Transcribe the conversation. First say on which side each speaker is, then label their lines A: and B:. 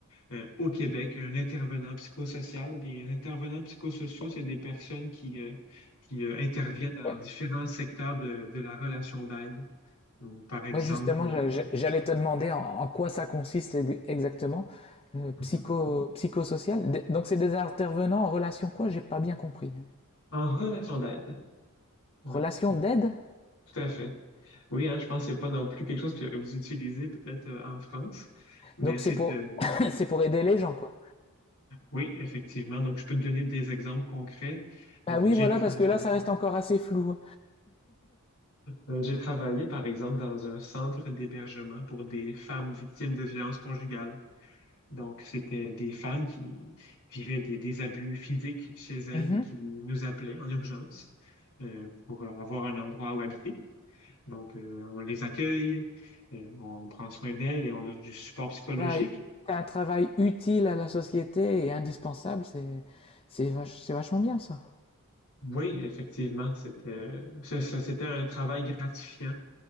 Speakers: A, on the left; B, on the left.
A: euh, au Québec un intervenant psychosocial. Les intervenants psychosociaux, c'est des personnes qui, euh, qui euh, interviennent dans
B: Ouais.
A: différents secteurs de, de la relation d'aide. Donc, par exemple,
B: Ouais, justement,
A: euh,
B: je- je- j'allais te demander en, en quoi ça consiste ex- exactement, euh,
A: Mhm.
B: psycho, psychosocial. D- Donc, c'est des intervenants en relation quoi? J'ai pas bien compris.
A: en relation d'aide. Oui,
B: Relation d'aide?
A: tout à fait. Oui, hein, je pense que c'est pas non plus quelque chose que vous utilisez peut-être euh, en France, mais
B: Donc,
A: c'est
B: c'est pour,
A: euh,
B: <laughs> <coughs> c'est pour aider les gens, quoi.
A: oui, effectivement. Donc, je peux te donner des exemples concrets.
B: Bah
A: Euh,
B: oui,
A: j'ai
B: voilà,
A: travaillé.
B: parce que là, ça reste encore assez flou.
A: Euh, j'ai travaillé, par exemple, dans un centre d'hébergement pour des femmes victimes de violences conjugales. Donc, c'était des femmes qui vivaient des, des abus physiques chez elles
B: Mhm.
A: et qui nous appelaient en urgence euh, pour avoir un endroit où habiter. Donc, euh, on les accueille, euh, on prend soin d'elles et on leur du support psychologique.
B: Travail- T'as un travail utile à la société et indispensable, c'est, c'est vach- c'est vachement bien, ça.
A: Oui, effectivement, c'était euh, ça- ça- c'était un travail gratifiant